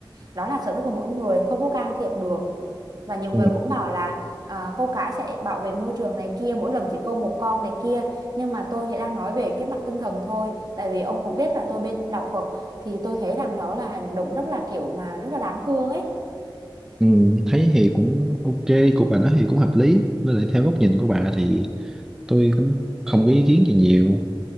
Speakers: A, on the right (about 50°); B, in the centre.
A: đó là sở thích của mỗi người không có can thiệp được và nhiều người
B: Ừ.
A: cũng bảo là à, câu cá sẽ bảo vệ môi trường này kia mỗi lần chỉ câu một con này kia nhưng mà tôi thì đang nói về cái mặt tinh thần thôi tại vì ông cũng biết là tôi bên đạo Phật thì tôi thấy rằng đó là hành động rất là kiểu mà rất là đáng thương ấy
B: ừ, thấy thì cũng ok của bà nói thì cũng hợp lý với lại theo góc nhìn của bà thì tôi cũng không có ý kiến gì nhiều